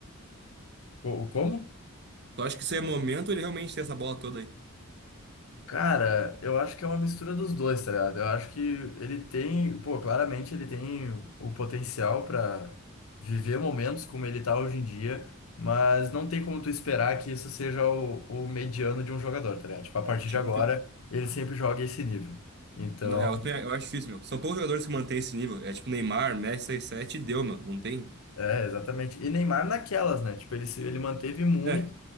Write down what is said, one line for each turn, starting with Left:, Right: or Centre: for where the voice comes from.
Left: Co- Como
Right: Tu acha que isso aí é momento ou ele realmente tem essa bola toda aí?
Left: Cara, eu acho que é uma mistura dos dois, tá ligado? Eu acho que ele tem, pô, claramente ele tem o potencial pra viver momentos como ele tá hoje em dia, mas não tem como tu esperar que isso seja o, o mediano de um jogador, tá ligado? Tipo, a partir
Right: Tipo,
Left: de agora,
Right: que-
Left: ele sempre joga esse nível. Então,
Right: Não, é, eu, também- eu acho difícil, meu. São poucos jogadores que mantêm esse nível. É tipo Neymar, Messi 6-7 e deu, meu. Não tem.
Left: é, exatamente. E Neymar naquelas, né? Tipo, ele, se- ele manteve muito,
Right: É,